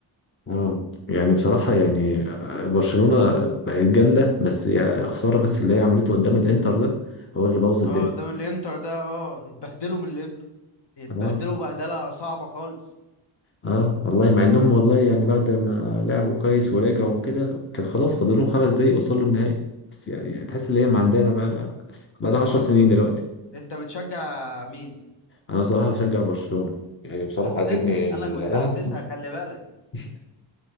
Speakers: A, on the left; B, on the left.
A: اه يعني بصراحة يعني آه، برشلونة بقت جامدة بس يا خسارة بس اللي هي عملته قدام الانتر ده هو اللي بوظ
B: اه
A: الدنيا
B: قدام الانتر ده اه اتبهدلوا من الانتر اتبهدلوا
A: اه
B: بهدله صعبه خالص
A: اه والله مع انهم والله يعني بعد ما لعبوا كويس ورجعوا وكده كان خلاص فاضل لهم خمس دقايق يوصلوا النهائي بس يعني تحس ان هي ما عندنا بقى لها بقى لها
B: اه
A: 10 سنين دلوقتي
B: انت بتشجع مين
A: انا بصراحة بشجع برشلونة يعني بصراحة
B: حسيتها
A: عجبني ال-
B: انا كنت حاسسها خلي بالك
A: <laughs>